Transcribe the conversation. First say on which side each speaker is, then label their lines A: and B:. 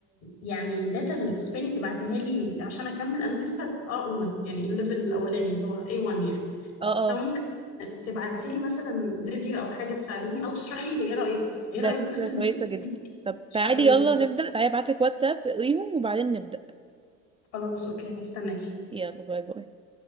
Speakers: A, on the left; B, on the right.
A: يعني داتا للاسباني تبعتيها لي عشان اكمل انا لسه في اه اولى يعني الليفل الاولاني اللي هو A1 يعني
B: اه
A: فممكن
B: آه.
A: تبعتي لي مثلا فيديو او حاجة تساعديني او تشرحي لي ايه رأيك ايه
B: ده
A: رأيك
B: فكرة
A: اتصل
B: كويسة
A: بيكي
B: جدا طب
A: تشرحي
B: تعالي
A: لي
B: يلا نبدأ تعالي ابعتلك واتساب اقريهم وبعدين نبدأ
A: خلاص اوكي هستناكي
B: يلا باي باي